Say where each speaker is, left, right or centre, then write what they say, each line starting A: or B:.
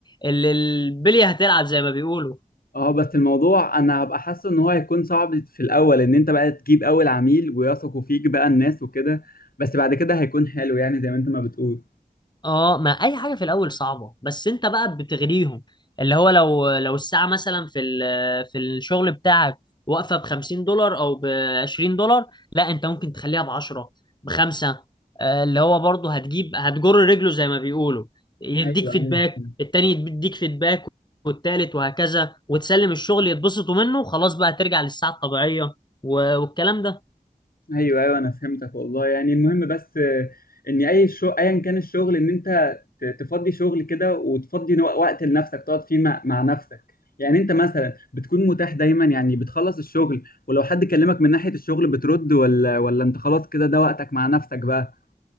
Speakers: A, on the left (about 30°); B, on the left (about 70°).
A: ال- البلية هتلعب زي ما بيقولوا
B: اه بس الموضوع انا هبقى حاسه ان هو هيكون صعب في الاول ان انت بقى تجيب اول عميل ويثقوا فيك بقى الناس وكده بس بعد كده هيكون حلو يعني زي ما انت ما بتقول
A: اه ما اي حاجه في الاول صعبه بس انت بقى بتغريهم اللي هو لو لو الساعه مثلا في ال- في الشغل بتاعك واقفه ب 50 دولار او ب 20 دولار لا انت ممكن تخليها ب 10 بخمسة آه، اللي هو برضه هتجيب هتجر رجله زي ما بيقولوا يديك
B: ايوه
A: فيدباك
B: ايوه
A: التاني يديك فيدباك والتالت وهكذا وتسلم الشغل يتبسطوا منه خلاص بقى ترجع للساعه الطبيعيه و- والكلام ده
B: ايوه ايوه انا فهمتك والله يعني المهم بس آه، ان اي شو ايا كان الشغل ان انت ت- تفضي شغل كده وتفضي نو- وقت لنفسك تقعد فيه مع, مع نفسك يعني انت مثلا بتكون متاح دايما يعني بتخلص الشغل ولو حد كلمك من ناحية الشغل بترد ولا ولا انت خلاص كده ده وقتك مع نفسك بقى